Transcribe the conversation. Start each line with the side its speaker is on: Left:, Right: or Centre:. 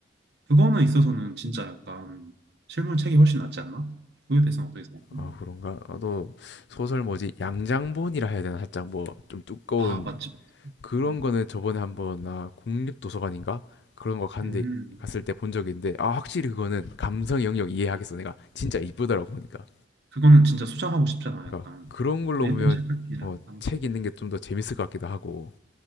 Right: 그거는 있어서는 진짜 약간 실물책이 훨씬 낫지 않나? 그거에 대해서는 어떻게 생각해?
Left: 아, 그런가? 아, 너 소설 뭐지? 양장본이라 해야 되나? 살짝 뭐 좀 두꺼운
Right: 아 맞지 맞지.
Left: 그런
Right: 음,
Left: 거는 저번에 한번 아, 국립도서관인가? 그런 거 갔는데
Right: 음
Left: 갔을 때 본 적이 있는데 아, 확실히 그거는 감성 영역 이해하겠어. 내가 진짜 이쁘더라고 보니까.
Right: 그거는 진짜 소장하고 싶잖아.
Left: 그러니까
Right: 약간
Left: 그런 걸로
Right: 또 예쁜
Left: 보면
Right: 책 읽기랑
Left: 어,
Right: 함께.
Left: 책 읽는 게 좀 더 재밌을 것 같기도 하고.